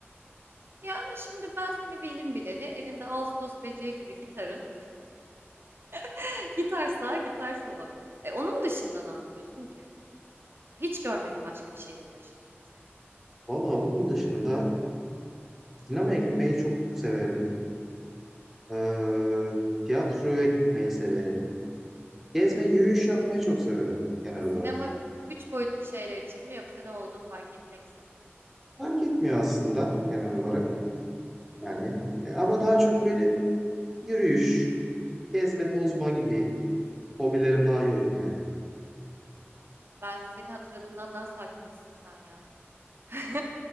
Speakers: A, on the right; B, in the centre.
A: Ya ama şimdi ben seni bildim bileli elinde Ağustos böceği gibi gitarın. <laughs> Gitar sağa gitar sola. E, onun dışında ne yapıyorsun ki? Hiç görmedim başka bir şeyle uğraşırken seni.
B: Valla onun dışında sinemaya gitmeyi çok severim. Ee, tiyatroya gitmeyi severim. Gezme, yürüyüş yapmayı çok severim genel
A: Sinema
B: olarak.
A: üç boyutlu şeyler için mi yoksa ne olduğu fark etmeksiz mi?
B: Fark etmiyor aslında genel olarak
A: Hmm.
B: yani. E, ama daha çok böyle yürüyüş, gezme, tozma gibi hobilerim daha yoğun yani.
A: Ben seni hatırladığımdan daha sakinmişsin sen ya. <laughs>